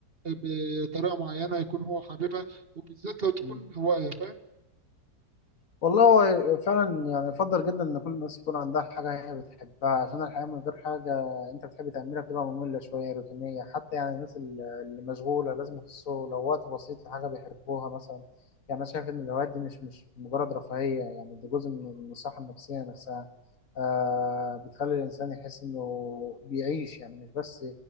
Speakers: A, on the right; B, on the left.
A: بطريقه معينه يكون هو حاببها وبالذات لو تكون
B: مم.
A: هوايه فاهم
B: والله هو فعلا يعني يفضل جدا ان كل الناس يكون عندها حاجة هي بتحبها عشان الحياة من غير حاجة انت بتحب تعملها بتبقى مملة شوية روتينية حتى يعني الناس ال- اللي مشغولة لازم يخصصوا لو وقت بسيط لحاجة بيحبوها مثلا يعني انا شايف ان الهوايات دي مش مش مجرد رفاهية يعني دي جزء من من الصحة النفسية نفسها آه بتخلي الانسان يحس انه بيعيش يعني مش بس